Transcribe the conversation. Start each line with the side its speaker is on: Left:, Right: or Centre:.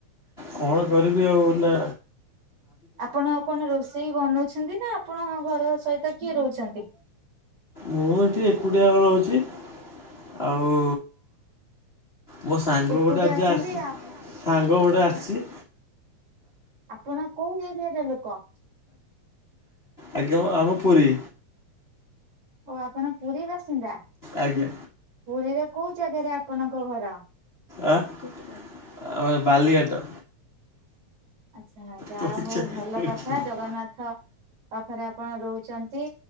Left: କଣ କରିବି ଆଉ ହେଲା
Right: ଆପଣ କଣ ରୋଷେଇ ବନଉଛନ୍ତି ନା ଆପଣ ଘର ସହିତ କିଏ ରହୁଛନ୍ତି।
Left: ମୁଁ ଏଠି ଏକୁଟିଆ ରହୁଛି ଆଉ ମୋ ସାଙ୍ଗ
Right: ଏକୁଟିଆ
Left: ଗୋଟେ ଆଜି
Right: ଅଛନ୍ତି
Left: ଆସିଛି ସାଙ୍ଗ ଗୋଟେ ଆସିଛି।
Right: ଆପଣ କୋଉ ଏରିଆର ଲୁକ?
Left: ଆଜ୍ଞା ମ ଆମ ପୁରୀ।
Right: ଓ ଆପଣ ପୁରୀ ବାସିନ୍ଦା
Left: ଆଜ୍ଞା
Right: ପୁରୀର କୋଉ ଜାଗାରେ ଆପଣଙ୍କ ଘର?
Left: ଆ ଆମର ବାଲିଘାଟ।
Right: ଆଚ୍ଛା ଯାହା
Left: ପଇସା
Right: ହଉ ଭଲ
Left: ପଇସା
Right: କଥା ଜଗନ୍ନାଥ ପାଖରେ ଆପଣ ରହୁଛନ୍ତି।